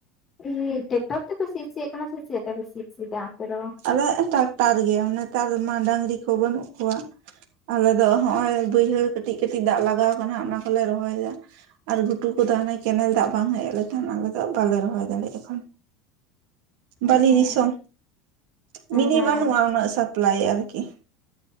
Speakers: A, on the left; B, on the right.
A: ᱤᱭᱤ ᱴᱮᱠᱴᱚᱨ ᱛᱮᱯᱮ ᱥᱤ ᱦᱚᱪᱚᱭᱮᱫ ᱠᱟᱱᱟ ᱥᱮ ᱪᱮᱫ ᱛᱮᱯᱮ ᱥᱤ ᱦᱚᱪᱚᱭᱮᱫᱟ ᱚᱱᱛᱮ ᱫᱚ?
B: ᱟᱞᱮ ᱴᱟᱠᱴᱟᱨ ᱜᱮ ᱢᱟᱱ ᱱᱮᱛᱟᱨ ᱢᱟ ᱰᱟᱹᱝᱨᱤ ᱠᱚ ᱵᱟᱹᱱᱩᱜ ᱠᱚᱣᱟ। ᱟᱞᱮ ᱫᱚ ᱦᱚᱸᱜᱼᱚᱭ ᱵᱟᱹᱭᱦᱟᱹᱲ ᱠᱟᱹᱴᱤᱡ ᱠᱟᱹᱴᱤᱡ ᱫᱟᱜ ᱞᱟᱜᱟᱣ ᱟᱠᱟᱱᱟ ᱚᱱᱟ ᱠᱚᱞᱮ ᱨᱚᱦᱚᱭ ᱮᱫᱟ। ᱟᱨ ᱜᱷᱩᱴᱩ ᱠᱚᱫᱚ ᱦᱟᱱᱮ ᱠᱮᱱᱮᱞ ᱫᱟᱜ ᱵᱟᱝ ᱦᱮᱡ ᱞᱮᱠᱷᱟᱱ ᱟᱞᱮ ᱫᱚ ᱵᱟᱞᱮ ᱨᱚᱦᱚᱭ ᱫᱟᱲᱮᱜ ᱮᱠᱷᱚᱱ।
A: ᱦᱮᱸ
B: ᱵᱟᱹᱞᱤ ᱫᱤᱥᱚᱢ ᱢᱤᱱᱤ
A: ᱦᱮᱸ
B: ᱵᱟᱹᱱᱩᱜᱼᱟ ᱩᱱᱟᱹᱜ ᱥᱟᱯᱞᱟᱭ ᱟᱨᱠᱤ।